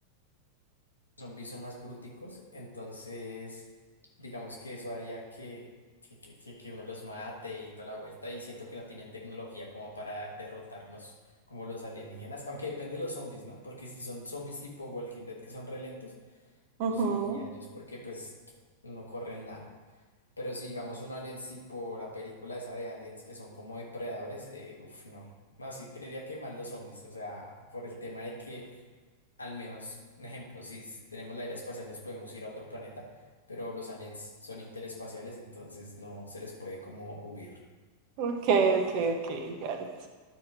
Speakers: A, on the left (about 80°); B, on the right (about 45°).
A: zombies son más brúticos, entonces digamos que eso haría que, que, que, que- que uno los mate y toda la vuelta, y siento que no tienen tecnología como para derrotarnos como los alienígenas, aunque depende de los zombies, ¿no? Porque si son zombies tipo Walking Dead que son re lentos,
B: Ujú.
A: los elegiría a ellos porque pues no corren nada. Pero si digamos un aliens tipo la película esa de aliens que son como depredadores, eh, uff, no. No, sí creería que más los zombies, o sea, por el tema de que al menos, un ejemplo, si s- tenemos la era espacial nos podemos ir a otro planeta, pero los aliens son interespaciales, entonces no se les puede como huir.
B: Ok, ok, ok, got it.